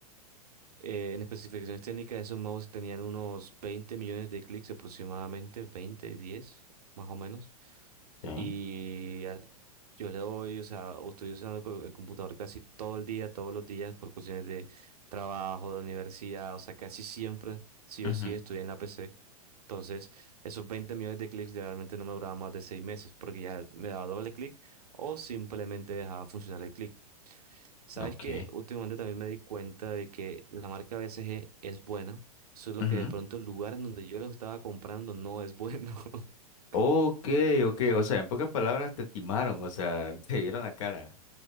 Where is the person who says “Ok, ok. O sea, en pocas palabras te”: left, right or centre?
Left